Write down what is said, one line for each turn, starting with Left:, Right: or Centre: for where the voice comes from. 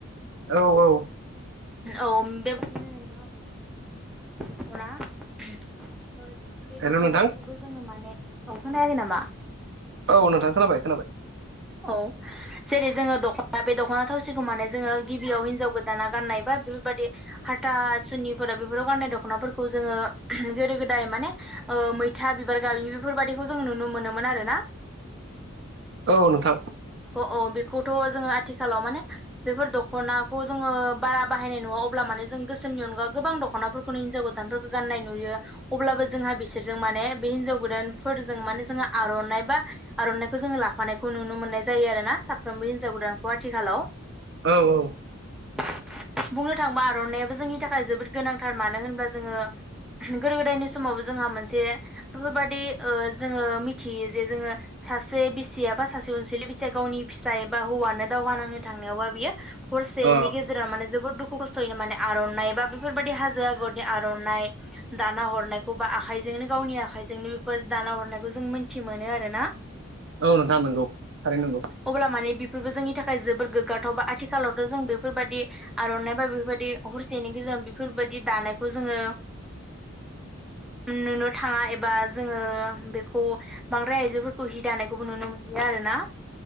Right: औ औ
Centre: औ बेबायददिनो नोंथाङाना <inaudible> बे
Right: हेल'
Centre: दख'नाखौबो
Right: नोंथां
Centre: जोङो माने औ खोनयाखै नामा?
Right: औ नोंथां खोनाबाय खोनाबाय
Centre: औ जेरै जोङो दख'ना बे दख'ना थावसिखौ माने जोङो गिबियाव हिनजाव गोदाना गाननाय बा बेफोरबायादि हाथा सुनिफोराव बेफोराव गाननाय दख'नाफोरखौ जोङो गोदो गोदाय माने ओ मैथा बिबार गाबि बेफोरबायाददिखौ जों नुनो मोनोमोन आरो ना
Right: औ नोंथां
Centre: अ बेखौथ' जोङो आथिखालाव माने बेफोर दख'नाखौ जोङो बारा बाहायनाय नङा अब्ला माने जों गोसोमनि अनगा गोबां दख'नाफोरखौनो हिनजाव गोदानफोरखौ गाननाय नुयो अब्लाबो जोंहा बिसोरजों माने बे हिनजाव गोदानफोरजों माने जोङो आर'नाइ बा आर'नाइखौ जों ला फानायखौ नुनो मोननाय जायो आरोना साफ्रोमबो हिन्जाव गोदानखौ आथिखालाव।
Right: औ औ
Centre: बुंनो थाङोबा आर'नायइाबो जोंनि थाखाय जोबोद गोनांथार मानो होनबा जोङो गोदो गोदायनि समाव जोंहा मोनसे बेफोरबाददि ओ जोङो मिथियो जे जोङो सासे बिसिया बा सासे अनसुलि बिसिया गावनि फिसाय बा हौवानो दावहा नांनो थांनायावबा बियो हरसेनि
Right: अ
Centre: गेजेरा माने जोबोद दुखु खस्थ'यैनो माने आर'नाइ बा बेफोरबादि हाजो आगरनि आर'नाइ दाना हरनायखौ बा आखाय जोंनो गावनि आखाइजोंनो बेफोर दाना हरनायखौ जों मोनथि मोनो आरो ना
Right: औ नोंथां नंगौ थारैनो नंगौ
Centre: अब्ला माने बेफोरबो जोंनि थाखाय जोबोर गोग्गाथाव बा आथिखालावथ' जों बेफोरबायदि आर'नाइ बा बेफोरबादि हरसेनि गेजेराव बेफोरबायदि दानायखौ जोङो नुनो थाङा एबा जोङो बेखौ बांद्राय आइजोफोरखौ हिदानाय खौबो नुनो मोनलिया आरो ना